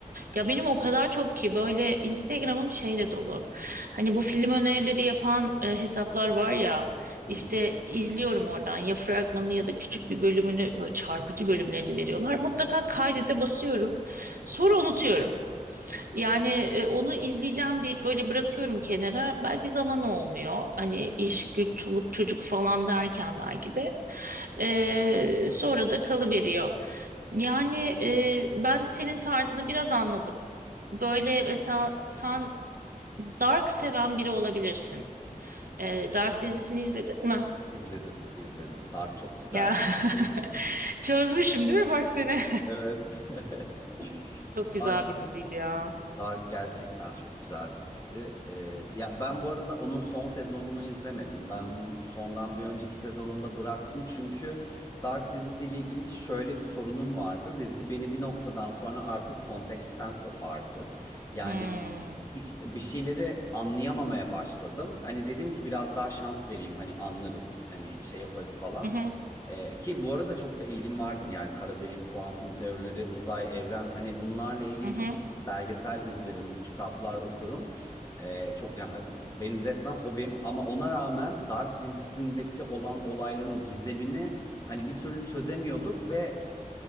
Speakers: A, on the right (about 85°); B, on the left (about 25°).
A: Ya benim o kadar çok ki böyle Instagram'ım şeyle dolu. Hani bu film önerileri yapan e, hesaplar var ya
B: Hı.
A: işte izliyorum oradan ya fragmanını ya da küçük bir bölümünü böyle çarpıcı bölümlerini veriyorlar. Mutlaka kaydete basıyorum. Sonra unutuyorum. Yani e, onu izleyeceğim deyip böyle bırakıyorum kenara. Belki zaman olmuyor. Hani iş, güç, çoluk, çocuk falan derken belki de. E, sonra da kalıveriyor. Yani e, ben senin tarzını biraz anladım. Böyle mesela sen Dark seven biri olabilirsin. E, Dark dizisini izledin mi?
B: İzledim, izledim. Dark çok güzel.
A: Ya
B: <laughs>
A: <laughs> çözmüşüm değil mi bak seni?
B: Evet. <laughs>
A: Çok güzel
B: Dark,
A: bir diziydi ya.
B: Dark gerçekten çok güzel bir dizi. Ee, ya ben bu arada onun son sezonunu izlemedim. Ben onun sondan bir önceki sezonunda bıraktım. Çünkü Dark dizisiyle ilgili şöyle bir sorunum vardı. Dizi beni bir noktadan sonra artık konteksten kopardı. Yani
A: Hmm.
B: hiç bir şeyleri anlayamamaya başladım. Hani dedim ki biraz daha şans vereyim. Hani anlarız. Hani şey yaparız falan.
A: Hı hı,
B: Ee, ki bu arada çok da ilgim vardır yani kara delik, kuantum teorileri, uzay, evren hani bunlarla ilgili
A: hı hı.
B: çok belgesel izlerim, kitaplar okurum. Ee, çok yani benim resmen hobim ama ona rağmen Dark dizisindeki olan olayların o gizemini hani bir türlü çözemiyorduk ve